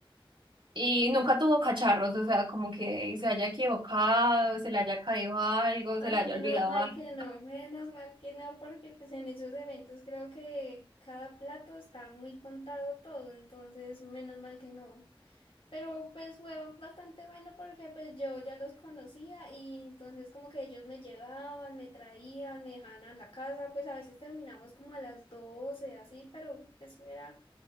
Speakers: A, on the right (about 65°); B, on the left (about 70°).
A: Y nunca tuvo cacharros, o sea, como que se haya equivocado, se le haya caído algo, se
B: Ay,
A: le haya
B: menos
A: olvidado
B: mal
A: algo.
B: que no, menos mal que no, porque pues en esos eventos creo que cada plato está muy contado todo, entonces menos mal que no. Pero pues fue bastante bueno porque pues yo ya los conocía y entonces como que ellos me llevaban, me traían, me dejaban a la casa, pues a veces terminamos como a las 12 así, pero pues era